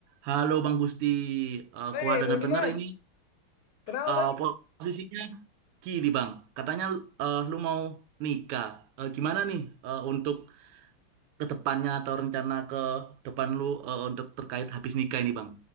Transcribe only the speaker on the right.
Halo Bang Gusti, Eh
gua denger-denger
ini
eh,
posisinya kiri Bang. Katanya eh, lu mau nikah. Eh, gimana nih eh, untuk ke depannya atau rencana ke depan lu eh, untuk terkait habis nikah ini Bang?